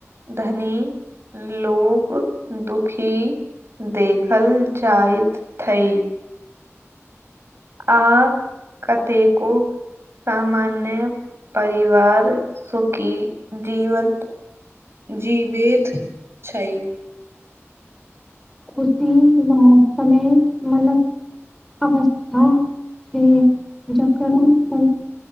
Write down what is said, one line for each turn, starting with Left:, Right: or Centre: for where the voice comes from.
Right: धनी लोग दुखी देखल जाएत थै। आ कतेको सामान्य परिवार सुखी जीवन जीवित छै।
Centre: खुशी व समय मलक अवस्था छै। जकरन।